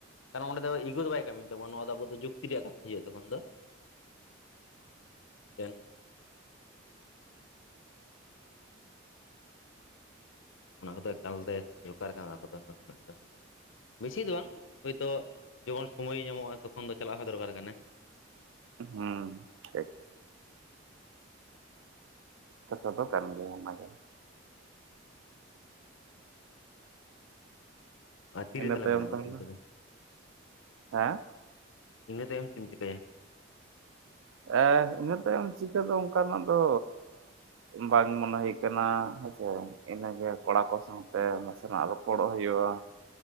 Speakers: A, on the left; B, on the right.
A: ᱠᱟᱨᱚᱱ ᱚᱸᱰᱮ ᱫᱚᱜᱩ ᱫᱚ ᱵᱟᱭ <unintelligible> ᱛᱟᱵᱚᱱᱟ ᱱᱚᱣᱟ ᱫᱚ ᱟᱵᱚ ᱫᱚ ᱡᱩᱠᱛᱤ ᱨᱮᱭᱟᱜ ᱠᱟᱛᱷᱟ ᱦᱩᱭᱩᱜᱼᱟ ᱛᱚᱠᱷᱚᱱ ᱫᱚ ᱢᱤᱫᱴᱮᱱ ᱚᱱᱟ ᱠᱚᱫᱚ ᱮᱠᱟᱞᱛᱮ ᱫᱚᱨᱠᱟᱨ ᱠᱟᱱᱟ ᱚᱱᱟ ᱠᱚᱫᱚ ᱱᱟᱥᱮᱱᱟᱜ ᱫᱚ ᱵᱮᱥᱤ ᱫᱚ ᱵᱟᱝ ᱦᱚᱭᱛᱳ ᱡᱚᱠᱷᱚᱱ ᱥᱚᱢᱚᱭ ᱧᱟᱢᱚᱜᱼᱟ ᱛᱚᱠᱷᱚᱱ ᱫᱚ ᱪᱟᱞᱟᱜ ᱦᱚᱸ ᱫᱚᱨᱠᱟᱨ ᱠᱟᱱᱟ
B: ᱦᱩᱸ ᱴᱷᱤᱠ ᱠᱟᱛᱷᱟ ᱫᱚ ᱠᱟᱱ ᱜᱮᱭᱟ ᱚᱱᱟ ᱜᱮ
A: ᱟᱨ ᱛᱤᱨᱮ
B: ᱤᱱᱟᱹ
A: ᱛᱟᱦᱚᱞᱮ
B: ᱛᱟᱭᱚᱢ
A: ᱢᱮᱱᱟᱜᱼᱟ
B: ᱠᱷᱟᱱ
A: ᱢᱤᱴᱤᱝ
B: ᱫᱚ
A: ᱠᱚᱫᱚ
B: ᱦᱟᱸ
A: ᱤᱱᱟᱹ ᱛᱟᱭᱚᱢ ᱪᱮᱫ ᱮᱢ ᱪᱤᱠᱟᱹᱭᱟ
B: ᱮᱸ ᱤᱱᱟᱹ ᱛᱟᱭᱚᱢ ᱪᱤᱠᱟᱹ ᱫᱚ ᱚᱱᱠᱟᱱᱟᱜ ᱫᱚ ᱵᱟᱝ ᱢᱚᱱᱮ ᱦᱩᱭ ᱠᱟᱱᱟ ᱦᱮᱸᱥᱮ ᱤᱱᱟᱹ ᱜᱮ ᱠᱚᱲᱟ ᱠᱚ ᱥᱟᱶ ᱦᱟᱱᱛᱮ ᱱᱟᱥᱮᱱᱟᱜ ᱨᱚᱯᱚᱲᱚᱜ ᱦᱩᱭᱩᱜᱼᱟ